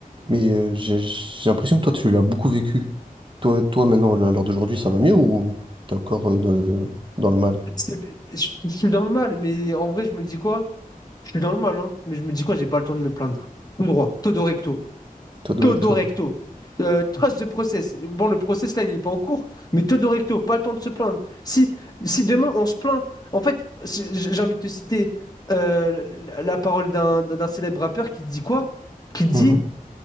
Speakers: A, on the right; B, on the left.
A: mais euh, j'ai j'ai l'impression que toi, tu l'as beaucoup vécu. Toi, toi maintenant, là, à l'heure d'aujourd'hui, ça va mieux ou t'es encore euh, dans, dans le mal?
B: C'est- Je, je suis dans le mal, mais en vrai, je me dis quoi? Je suis dans le mal, hein, mais je me dis quoi? J'ai pas le temps de me plaindre. Tout droit, todo recto.
A: Toi, Doricto.
B: Todo Recto. Euh, trust the process. Bon, le process là, il n'est pas en cours, mais Todo Recto, pas le temps de se plaindre. Si, si demain on se plaint, en fait, j'ai envie de te citer euh, la, la parole d'un d'un célèbre rappeur qui dit quoi Qui dit
A: Mhm.